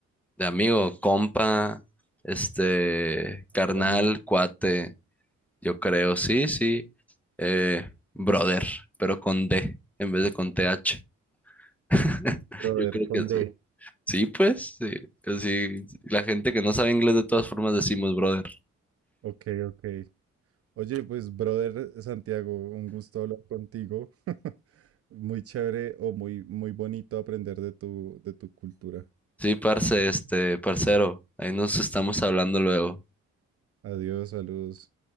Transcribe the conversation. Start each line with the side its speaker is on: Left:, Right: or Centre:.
Centre: De amigo, compa, este, carnal,
Right: También,
Centre: cuate, yo creo, sí, sí. Eh, brother, pero con D en vez de con TH. <laughs>
Right: brother
Centre: Yo creo
Right: con
Centre: que
Right: D.
Centre: sí. Sí, pues, sí. Así, la gente que no sabe inglés de todas formas decimos brother.
Right: Ok, ok. Oye, pues, brother Santiago, un gusto hablar contigo. <laughs> Muy chévere o muy, muy bonito aprender de tu, de tu cultura.
Centre: Sí, parce, este, parcero, ahí nos estamos hablando luego.
Right: Adiós, saludos.